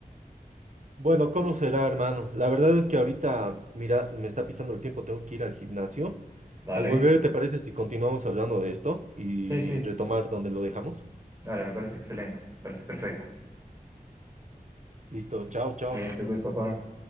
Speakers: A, on the right; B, on the right.
A: Bueno, ¿cómo será, hermano? La verdad es que ahorita, mira, me está pisando el tiempo, tengo que ir al gimnasio.
B: ¿dale?
A: Al volver, ¿te parece si continuamos hablando de esto y
B: Sí, sí,
A: retomar donde lo dejamos?
B: dale, me parece excelente, me parece perfecto.
A: Listo, chao, chao.
B: A las películas, papá.